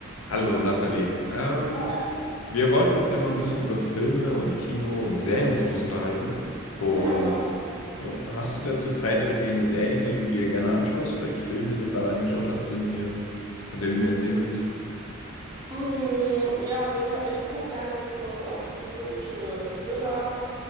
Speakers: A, on the left; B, on the right.
A: Hallo Nathalie. Ähm,
B: Ja,
A: wir wollten uns ja mal ein bisschen über Filme und Kino und Serien und sowas unterhalten. Und
B: ja, genau.
A: ja, hast du denn zurzeit irgendwie eine Serie, die du dir gerne anschaust oder einen Film, den du gerade angeschaut hast, den mir, von dem du mir erzählen willst?
B: Mm, ja, also ich habe, ich gucke gerne so äh, psychologische Thriller.